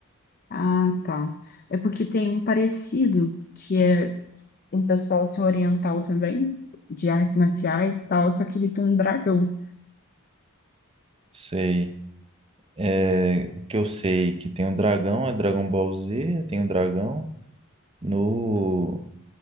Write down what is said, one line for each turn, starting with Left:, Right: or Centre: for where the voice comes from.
Left: Ah, tá. É porque tem um parecido, que é um pessoal assim, oriental também, de artes marciais e tal, só que ele tem um dragão.
Right: Sei. É, o que eu sei é que tem um dragão, é Dragon Ball Z, tem um dragão. No,